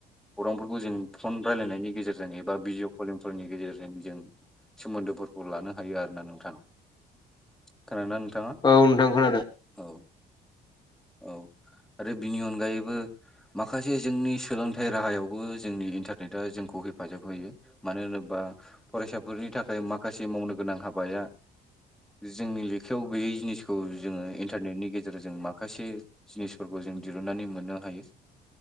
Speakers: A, in the centre; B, on the left (about 25°).
A: खौरांफोरखौ जों फन रायलायनायनि गेजेरजों एबा भिडिअ फन फोरनि गेजेरजों जों सोमोन्दोफोरखौ लानो हायो आरो ना नोंथां खोनादोंना नोंथाङा
B: औ नोंथां खोनादों
A: औ औ आरो बिनि अनगायैबो माखासे जोंनि सोलोंथाइ राहायावबो जोंनि इन्टारनेट आरो जोंखौ हेफाजाब होयो मानो होनोब्ला फरायसाफोरनि थाखाय माखासे मावनो गोनां हाबाया जोंनि आखायाव गैयै जिनिखौ जोङो इन्टारनेटनि गेजेरजों मा माखासे जिनिसफोरखौ जों दिरुनानै मोननो हायो